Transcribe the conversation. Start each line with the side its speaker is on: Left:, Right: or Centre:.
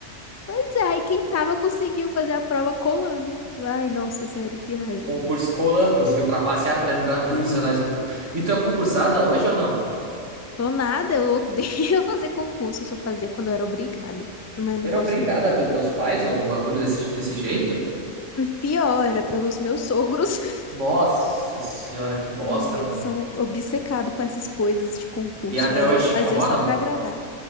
Left: pois é, e quem tava conseguiu fazer a prova colando. Ai, nossa, sério, que raiva.
Right: Concurso colando, conseguiu trapacear pra entrar no
Left: Hum,
Right: funcionários. no pu- E tu é concursada hoje ou não?
Left: sou nada, eu odeio <laughs> fazer concurso, eu só fazia quando eu era obrigada. Mas
Right: Ter
Left: não gosto,
Right: obrigada
Left: não.
Right: pelos teus pais ou algum bagulho desse, desse jeito?
Left: Pior, era pelos meus sogros. <laughs>
Right: Nossa senhora, que bosta,
Left: Sim, eles
Right: mano.
Left: são obcecados com essas coisas de concurso.
Right: E até
Left: Aí
Right: hoje
Left: eu fazia
Right: te incomodam?
Left: só pra agradar.